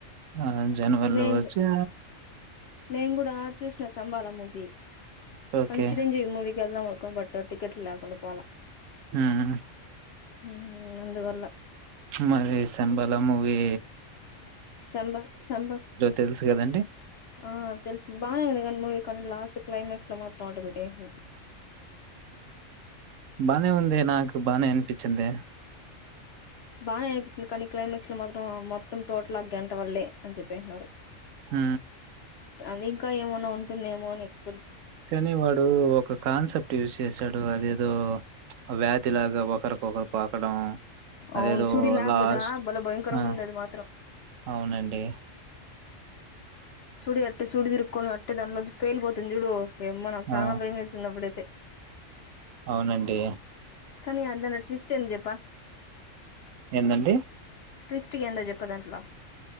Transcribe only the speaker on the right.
ఆ జనవరిలో
వచ్చే
ఓకే
మ్
మరి శంబలమువి
తెలుసు కదండి
బానే ఉందే నాకు బానే అనిపించింది
ఊ
కానీ వాడు ఒక కాన్సెప్ట్ యూజ్ చేసాడు అదేదో వ్యాధి లాగా ఒకరికొకరు పాకడం అదేదో
లాస్ట్
ఆ!
అవునండి
ఆ!
అవునండి
ఏందండి